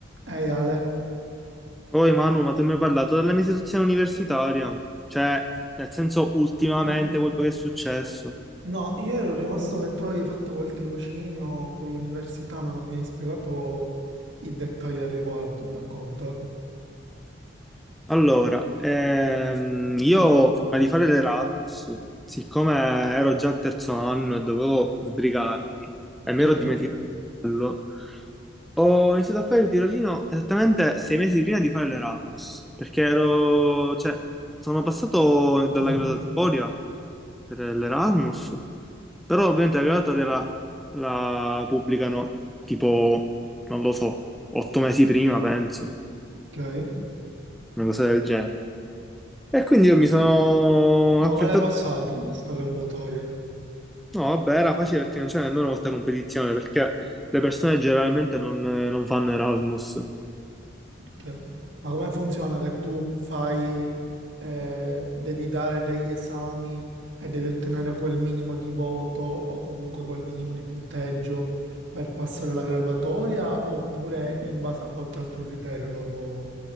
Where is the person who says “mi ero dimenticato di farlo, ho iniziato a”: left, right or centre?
Centre